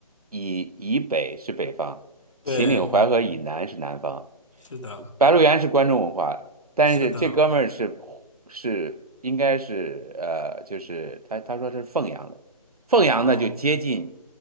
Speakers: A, on the right; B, on the left.
A: 以以北是北方，
B: 对，
A: 秦岭淮河以南是南方。
B: 嗯，是的，
A: 白鹿原是关中文化，但是这哥们儿是
B: 是的，
A: 是应该是呃，就是他他说是凤阳的，凤阳呢就接近
B: 哦。